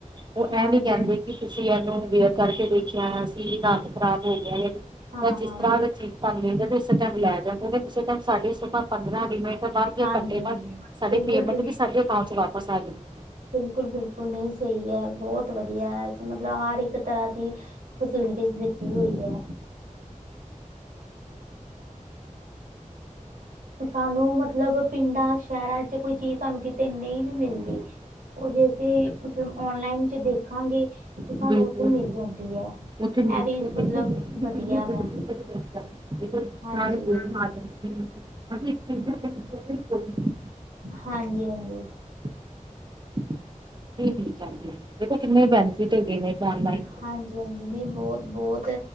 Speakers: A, on the right (about 35°); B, on the right (about 85°).
A: ਉਹ
B: ਹਾਂਜੀ
A: ਇਹ ਨੀ ਕਹਿੰਦੇ ਕਿ। ਤੁਸੀਂ ਯੇਲੋ ਨੂੰ ਵੀਅਰ ਕਰਕੇ ਦੇਖਿਆ ਸੀ ਰੰਗ ਖਰਾਬ ਹੋ ਗਿਆ
B: ਹਾਂ-ਹਾਂ
A: ਜਾਂ ਜਿਸ ਤਰ੍ਹਾਂ
B: ਬਿਲ
A: ਦਾ ਚੀਜ਼ ਭ ਇਸੇ ਟਾਈਮ ਲੈ ਜਾਂਦਾ ਨੇੇ ਟਾਈਮ ਸਾਡੇ। ਪੰਦਰਾਂ-ਵੀਹ ਮਿੰਟ ਬਾਅਦ ਜਾਂ
B: ਹਾਂਜੀ-ਹਾਂਜੀ
A: ਘੰਟੇ ਬਾਅਦ,
B: ਬਿਲਕੁਲ ਹਾਂਜੀ ਹਾਂਜੀ
A: ਸਾਡੇ
B: ਬਿਲਕੁਲ
A: ਪੇਮੈਂਟ
B: ਬਿਲ
A: ਵੀ ਸਾਡੇ ਅਕਾਊਂਟ ਚ ਵਾਪਸ ਆ ਜਾਣਗੀ।
B: ਬਿਲਕੁਲ-ਬਿਲਕੁਲ ਨਹੀਂ ਸਹੀ ਹੈ, ਬਹੁਤ ਵਧੀਆ ਹੈ ਸਮਝ ਆ ਰਹੀ ਇੱਕ ਤਰ੍ਹਾਂ ਦੀ ਫੈਸਿਲਿਟੀਜ ਦਿੱਤੀ ਹੋਈ ਹੈ। ਸਾਨੂੰ ਮਤਲਬ ਪਿੰਡਾਂ, ਸ਼ਹਿਰਾਂ ਚ ਕੋਈ ਚੀਜ਼ ਸਾਨੂੰ ਕਿਤੇ ਨਹੀਂ ਵੀ ਮਿਲਦੀ। ਉਹ ਵੀ ਅਸੀਂ ਮਤਲਬ ਆਨਲਾਈਨ ਚ ਦੇਖਾਂਗੇ। ਸਾਨੂੰ
A: ਬਿਲਕੁਲ
B: ਉੱਥੇ ਮਿਲ ਜਾਂਦੀ ਹੈ।
A: ਉੱਥੇ ਬਿਲਕੁਲ
B: ਇਹ ਵੀ ਮਤਲਬ
A: ਇੱਥੇ
B: ਵਧੀਆ
A: ਬਿਲਕੁਲ
B: ਵਾ
A: ਸਾਰੇ
B: ਹਾਂਜੀ।
A: ਬੋਲਣ <inaudible> <inaudible>
B: ਹਾਂਜੀ-ਹਾਂਜੀ।
A: <unintelligible> ਦੇਖੋ ਕਿੰਨੇ ਬੈਨੀਫਿਟ ਹੈਗੇ ਨੇ ਇਹਦੇ ਆਨਲਾਈਨ।
B: ਹਾਂਜੀ-ਹਾਂਜੀ ਨਹੀਂ ਬਹੁਤ-ਬਹੁਤ